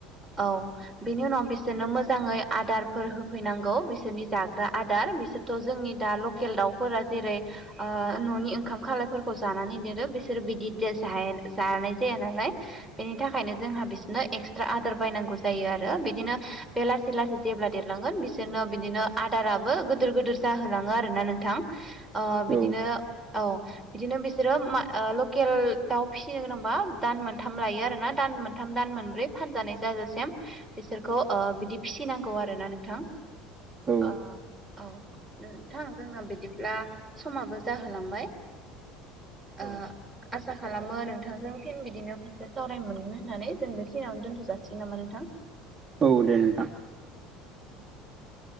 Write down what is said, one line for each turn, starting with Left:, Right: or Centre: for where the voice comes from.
Centre: औ बेनि उनाव बिसोरनो मोजाङै आदारफोर होफैनांगौ बिसोरनि जाग्रा आदार बिसोरथ' जोंनि दा लकेल दाउफोरा जेरै ओ न'नि ओंखाम खालायफोरखौ जानानै देरो बिसोरो बिदि ज जानाय जाया नालाय बेनि थाखायनो जोंहा बिसोरनो एक्सट्रा आदार बायनांगौ जायो आरो बिदिनो बे लासै लासै जेब्ला देरलांगोन बिसोरनो बिदिनो आदाराबो गिदिर गिदिर जाहोलाङो आरो ना नोंथां बिदिनो
Right: औ
Centre: औ बिदिनो बिसोरो मा लकेल दाउ फिसिनो गोनांबा दान मोनथाम लायो आरोना दान मोनथाम दान मोनब्रै फानजानाय जाजासिम बिसोरखौ बिदि फिसिनांगौ खौ आरोना नोंथां
Right: औ
Centre: औ नोंथां जोंना बिदिब्ला समाबो जाहोलांबाय
Right: औ
Centre: आ आ आसा खालामो नोंथांजों फिन बिदिनो खनसे सावरायनो मोनगोन होननानै जों बे फिनावनो दोनथ' जाासिगोन नामा नोंथां
Right: औ दे नोंथां
Centre: औ